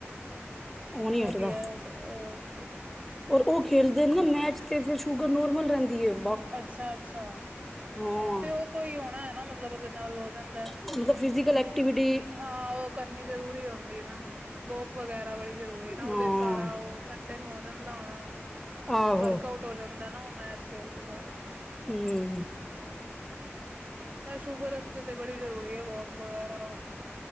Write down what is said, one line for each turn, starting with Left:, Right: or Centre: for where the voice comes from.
Centre: ਉਹ ਨੀ
Right: ਵਧੀਆ
Centre: ਹਟਦਾ।
Right: ਚਲ ਹੋਰ ਕੀ?
Centre: ਔਰ ਉਹ ਖੇਲਦੇ ਨੇ ਨਾ ਮੈਚ। ਤੇ ਫਿਰ ਸ਼ੂਗਰ ਨੋਰਮਲ ਰਹਿੰਦਾ । ਦੀਓ।
Right: ਅੱਛਾ ਅੱਛਾ ਅੱਛਾ
Centre: ਹਾਂ
Right: ਤੇ ਉਹ ਕੋਈ ਹੋਣਾ? ਨਾ ਮਤਲਬ। ਉਹਦੇ ਨਾਲ ਹੋ ਜਾਂਦਾ
Centre: ਮਤਲਬ ਫਿਜ਼ਕਲ ਐਕਟੀਵਿਟੀ
Right: ਹਾਂ ਉਹ ਕਰਨੀ ਜ਼ਰੂਰੀ ਹੁੰਦੀ ਹੈ ਨਾ ਹਾਂ। ਬੋਕ ਵਗੈਰਾ। ਹੁੰਦਾ ਬੜੀ ਜ਼ਰੂਰੀ ਹੈ ਨਾ ਉਹਦੇ
Centre: ਹਾਂ
Right: ਸਾਰਾ ਉਹ ਸੰਡੇ ਨੂੰ ਹੋ ਜਾਂਦਾ ਹੋਣਾ
Centre: ਆਹੋ
Right: ਵਰਕ ਆਊਟ ਹੋ ਜਾਂਦਾ ਨਾ ਉਹ ਮੈਚ। ਤੇ ਦੁਆਰਾ
Centre: ਹੂੰ।
Right: ਹੈ ਸ਼ੂਗਰ ਵਾਸਤੇ ਤੇ ਬੜੀ ਜ਼ਰੂਰੀ ਹੈ। ਵਗੈਰਾ